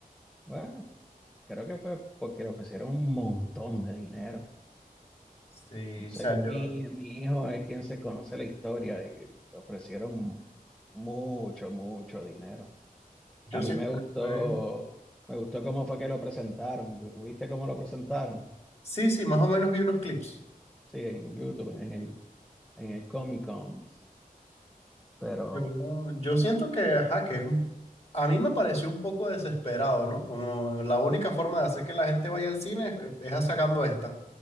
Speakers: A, in the centre; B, on the left.
A: Bueno, creo que fue porque le ofrecieron un montón de dinero.
B: sí,
A: Según
B: O sea, sí. yo,
A: mi, mi hijo es quien se conoce la historia y le ofrecieron mucho, mucho dinero.
B: yo
A: A
B: siento
A: mí me gustó,
B: que fue.
A: me gustó cómo fue que lo presentaron. ¿Tú- ¿Viste cómo lo presentaron?
B: Sí, sí, más o menos vi unos clips.
A: Sí, en YouTube, en el en el Comic Con. Pero
B: Yo, yo siento que, ajá, que es un- a mí me pareció un poco desesperado, ¿no? Como la única forma de hacer que la gente vaya al cine es, es sacando esta.